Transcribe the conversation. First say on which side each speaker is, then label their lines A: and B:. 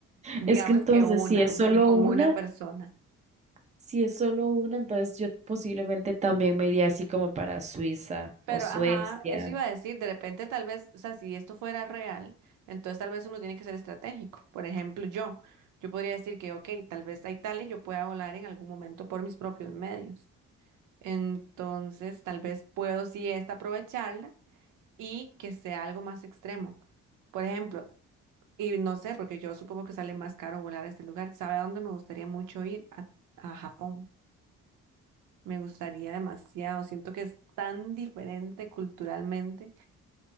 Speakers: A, on the right; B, on the right.
A: Digamos
B: Es que entonces,
A: que una,
B: si es solo
A: y con
B: una,
A: una persona.
B: si es solo una, entonces yo posiblemente también me iría así como para Suiza
A: Pero,
B: o Suecia.
A: ajá, eso iba a decir, de repente tal vez, o sea, si esto fuera real, entonces tal vez uno tiene que ser estratégico. Por ejemplo, yo, yo podría decir que, ok, tal vez a Italia yo pueda volar en algún momento por mis propios medios. Entonces, tal vez puedo sí esta aprovecharla y que sea algo más extremo. Por ejemplo, y no sé, porque yo supongo que sale más caro volar a este lugar. ¿Sabe a dónde me gustaría mucho ir? A, a Japón. Me gustaría demasiado. Siento que es tan diferente culturalmente